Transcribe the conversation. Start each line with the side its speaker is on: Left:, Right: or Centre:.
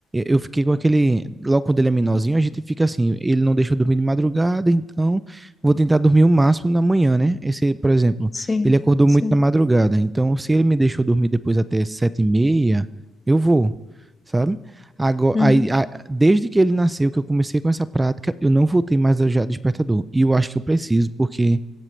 Right: eu fiquei com aquele. Logo quando ele é menorzinho, a gente fica assim, ele não deixa eu dormir de madrugada, então vou tentar dormir o máximo na manhã, né? Esse, por exemplo,
Left: sim,
Right: ele acordou
Left: sim.
Right: muito na madrugada, então se ele me deixou dormir depois até sete e meia, eu vou, sabe? Agora,
Left: Uhum.
Right: aí, a- desde que ele nasceu, que eu comecei com essa prática, eu não voltei mais a usar despertador. E eu acho que eu preciso, porque